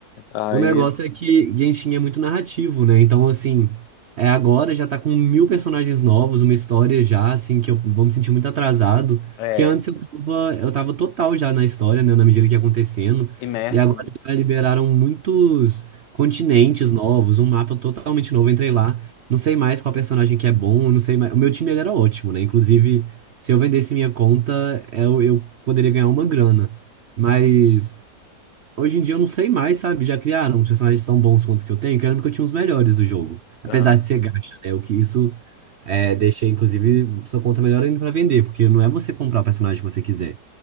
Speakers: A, on the left; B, on the right.
A: Aí,
B: O negócio é que Genshin é muito narrativo, né? Então, assim, é agora já tá com mil personagens novos, uma história já, assim, que eu vou me sentir muito atrasado.
A: é,
B: Porque antes eu tava, eu tava total já na história, né? Na medida que ia acontecendo.
A: imerso,
B: E agora
A: né?
B: já liberaram muitos continentes novos, um mapa totalmente novo. Eu entrei lá, não sei mais qual personagem que é bom, eu não sei mais. O meu time ele era ótimo, né? Inclusive, se eu vendesse minha conta, eu, eu poderia ganhar uma grana. Mas. Hoje em dia eu não sei mais, sabe? Já criaram os personagens tão bons quanto os que eu tenho, que eu lembro que eu tinha os melhores do jogo. Apesar
A: Aham.
B: de ser gacha, né? O que isso é, deixa, inclusive, sua conta melhor ainda pra vender, porque não é você comprar o personagem que você quiser.